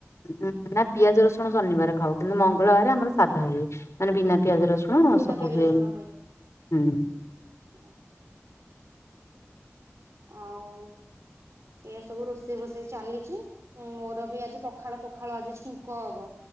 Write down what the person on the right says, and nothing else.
ବିନା
ପିଆଜ
ରସୁଣ
<inaudible> ଆଉ ଏୟା ସବୁ ରୋଷେଇ ଫୋଷେଇ ଚାଲିଛି। ମୋର ବି ଆଜି ପଖାଳ ପ ପଖାଳ ଆଜି ଛୁଙ୍କ ହବ।